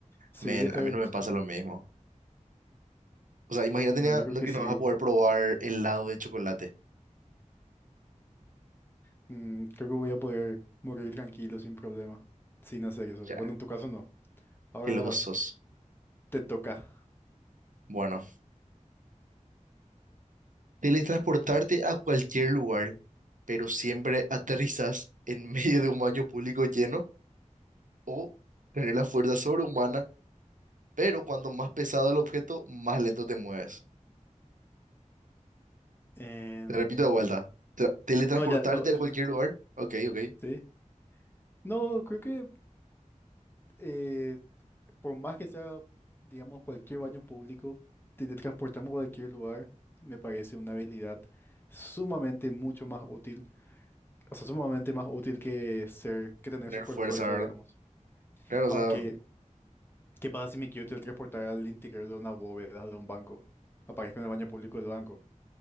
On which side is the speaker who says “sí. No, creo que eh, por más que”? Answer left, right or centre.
Left